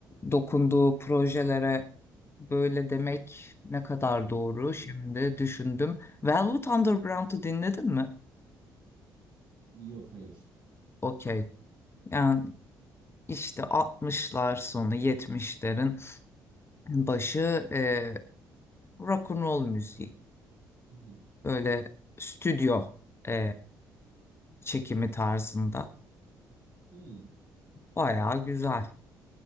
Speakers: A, on the left; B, on the right.
A: dokunduğu projelere böyle demek
B: Hı.
A: ne kadar doğru
B: Hmm.
A: şimdi düşündüm. Velvet Underground'u dinledin mi?
B: Yok hayır.
A: Okey. Yani işte 60'lar sonu 70'lerin başı e, rock and roll müziği.
B: Hı hı.
A: Böyle stüdyo e, çekimi tarzında.
B: Hmm.
A: Bayağı güzel.
B: Me-